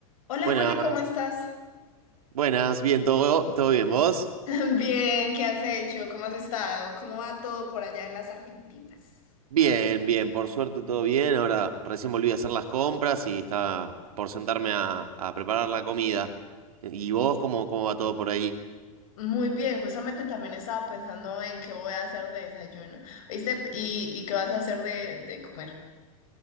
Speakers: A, on the left; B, on the right.
A: Hola
B: Buenas,
A: Juli, ¿cómo estás?
B: buenas, bien, todo, todo bien, ¿vos?
A: <laughs> Bien, ¿qué has hecho? ¿Cómo has estado? ¿Cómo va todo por allá en las Argentinas?
B: Bien, bien, por suerte todo bien. Ahora recién volví a hacer las compras y está por sentarme a, a preparar la comida. ¿Y vos cómo, cómo va todo por ahí?
A: Muy bien, justamente también estaba pensando en qué voy a hacer de desayuno. ¿Viste? ¿Y, y qué vas a hacer de, de comer?